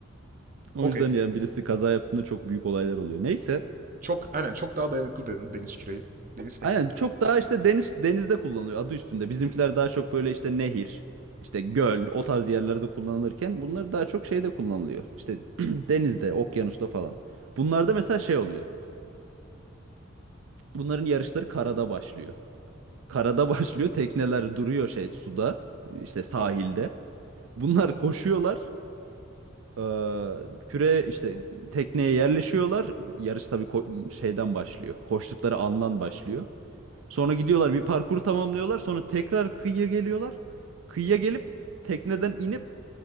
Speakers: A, on the right (about 75°); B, on the right (about 40°).
A: O
B: Okey.
A: yüzden yani birisi kaza yaptığında çok büyük olaylar oluyor. Neyse.
B: Çok aynen çok daha dayanıklı dedin deniz küreği. Deniz teknesi.
A: Aynen çok daha işte deniz denizde kullanılıyor adı üstünde. Bizimkiler daha çok böyle işte nehir, işte göl o tarz yerlerde kullanılırken bunlar daha çok şeyde kullanılıyor. İşte <clears throat> denizde, okyanusta falan. Bunlarda mesela şey oluyor. Bunların yarışları karada başlıyor. Karada <laughs> başlıyor. Tekneler duruyor şey suda, işte sahilde.
B: Tamam.
A: Bunlar koşuyorlar. Ee, küre işte tekneye yerleşiyorlar. Yarış tabii ko- şeyden başlıyor. Koştukları andan başlıyor. Sonra gidiyorlar bir parkur tamamlıyorlar. Sonra tekrar kıyıya geliyorlar. Kıyıya gelip tekneden inip